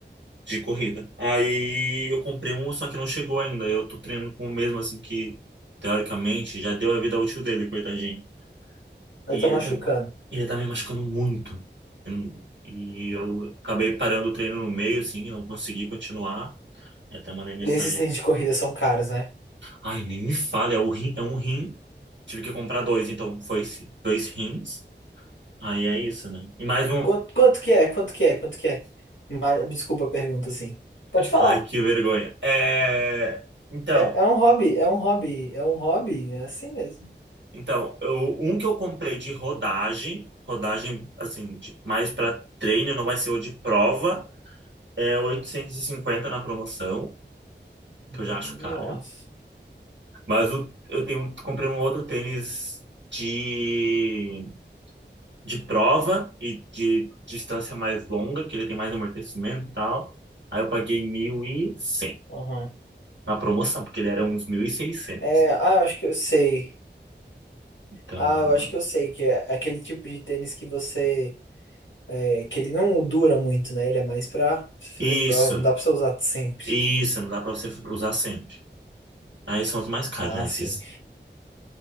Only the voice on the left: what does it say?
Vai
tá
machucando.
E Esses tênis de corrida são caros, né?
Quanto, quanto que é? Quanto que é? Quanto que é? Ma- Me desculpa a pergunta, assim. Pode falar.
É, é um hobby, é um hobby, é um hobby, é assim mesmo.
Nossa.
Aham.
É, ah, eu acho que eu sei.
Ah, eu acho que eu sei que é aquele tipo de tênis que você É, que ele não dura muito, né? Ele é mais pra fazer
prova. Não dá pra você usar sempre.
Ah,
sim.